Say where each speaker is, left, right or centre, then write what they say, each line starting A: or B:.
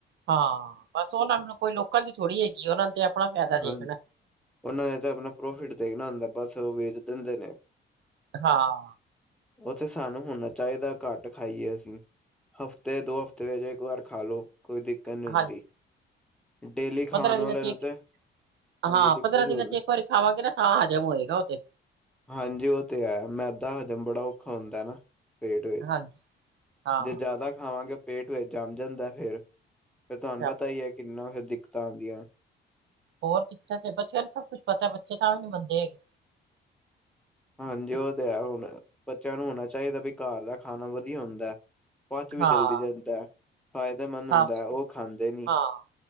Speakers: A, on the right (about 65°); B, in the centre.
A: ਹਾਂ, ਬਸ ਉਹਨਾਂ ਨੂੰ ਕੋਈ ਲੋਕਾਂ ਦੀ ਥੋੜ੍ਹੀ ਹੈਗੀ ਉਹਨਾਂ ਤੇ ਆਪਣਾ ਫਾਇਦਾ ਦੇਖਣੈ।
B: ਹਾਂ ਉਹਨਾਂ ਨੇ ਤਾਂ ਆਪਣਾ ਪ੍ਰੋਫਿਟ ਦੇਖਣਾ ਹੁੰਦਾ ਐ, ਬਸ ਉਹ ਵੇਚ ਦਿੰਦੇ ਨੇ।
A: ਹਾਂ।
B: ਉਤੇ ਸਾਨੂੰ ਹੋਣਾ ਚਾਹੀਂਦਾ ਘੱਟ ਖਾਈਏ ਅਸੀਂ। ਹਫ਼ਤੇ- ਦੋ ਹਫ਼ਤੇ ਵਿੱਚ ਇੱਕ ਵਾਰ ਖਾ ਲਉ, ਕੋਈ ਦਿੱਕਤ ਨਹੀਂ ਹੁੰਦੀ।
A: ਹਾਂਜੀ
B: ਡੇਲੀ ਖਾਣ
A: ਪੰਦਰਾਂ ਦਿਨਾਂ
B: ਵਾਲੇ
A: ਚ
B: ਨੂੰ
A: ਇੱਕ
B: ਤੇ ਹਾਂਜੀ
A: ਹਾਂ,
B: ਦਿੱਕਤ
A: ਪੰਦਰਾਂ
B: ਹੀ
A: ਦਿਨਾਂ
B: ਹੋਣੀ
A: ਚ ਇੱਕ ਵਾਰੀ ਖਾਵਾਂਗੇ ਨਾ ਤਾ ਹਜਮ ਹੋਏਗਾ ਔਤੇ।
B: ਹਾਂਜੀ ਉਹ ਤੇ ਹੈ ਮੈਂਦਾ ਹਜਮ ਬੜਾ ਔਖਾ ਹੁੰਦਾ ਨਾ। ਪੇਟ ਵਿੱਚ,
A: ਹਾਂਜੀ ਹਾਂ।
B: ਜੇ ਜ਼ਿਆਦਾ ਖਾਵਾਂਗੇ ਪੇਟ ਵਿੱਚ ਜੰਮ ਜਾਂਦਾ ਫਿਰ ਫਿਰ ਤੁਹਾਨੂੰ
A: ਸ਼ਾਬਾਸ਼।
B: ਪਤਾ ਹੀ ਹੈ ਕਿੰਨਾ ਫਿਰ ਦਿੱਕਤਾਂ ਆਦੀਆਂ ਐ।
A: ਬਹੁਤ ਦਿੱਕਤ ਐ ਪਤਾ ਬੱਚਿਆਂ ਨੂੰ ਬੱਚੇ ਤਾਂ ਵੀ ਨਹੀਂ ਮੰਨਦੇ ਹੈਗੇ।
B: ਹਾਂਜੀ ਉਹ ਤੇ ਹੈ ਹੁਣ, ਬੱਚਿਆਂ ਨੂੰ ਹੋਣਾ ਚਾਹੀਦਾ ਵੀ ਘਰ ਦਾ ਖਾਣਾ ਵਧੀਆ ਹੁੰਦਾ ਐ। ਪਚ ਵੀ
A: ਹਾਂ।
B: ਜਲਦੀ ਜਾਂਦਾ ਐ। ਫਾਇਦੇਮੰਦ
A: ਸਾਫ਼
B: ਹੁੰਦਾ ਉਹ ਖਾਂਦੇ ਨੀ।
A: ਹਾਂ,